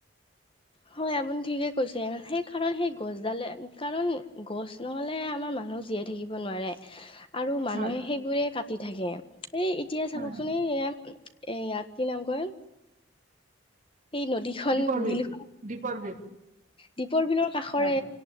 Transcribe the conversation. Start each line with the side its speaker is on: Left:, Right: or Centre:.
Left: হয় আপুনি ঠিকে কৈছে সেই কাৰণ সেই গছডালে কাৰণ গছ নহ'লে আমাৰ মানুহ জীয়াই থাকিব নোৱাৰে। আৰু মানুহে
Right: হয়
Left: সেইবোৰে কাটি থাকে, এ এতিয়া চাবকচোন
Right: হয়
Left: এই এইয়া কি নাম কয়। এই নদীখন
Right: দীপৰ
Left: বিল <inaudible>
Right: দীপৰ বিল
Left: দ্বীপৰ বিলৰ কাষৰে
Right: হয়